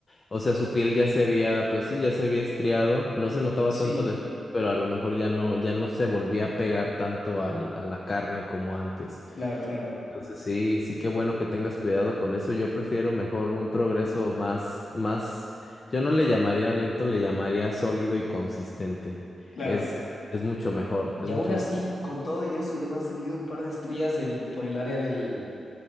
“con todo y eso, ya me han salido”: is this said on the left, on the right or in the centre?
Left